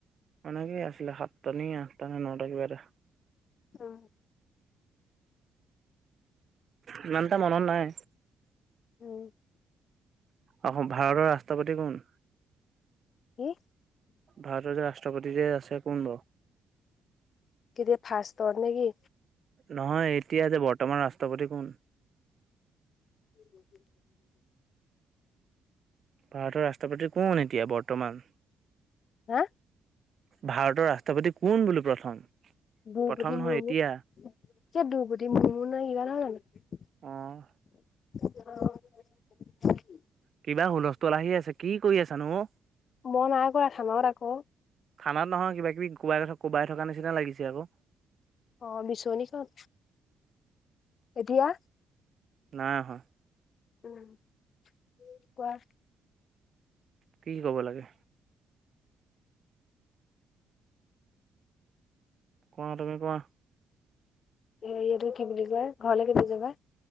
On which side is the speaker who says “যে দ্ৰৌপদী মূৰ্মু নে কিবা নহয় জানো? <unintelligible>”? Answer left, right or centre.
Left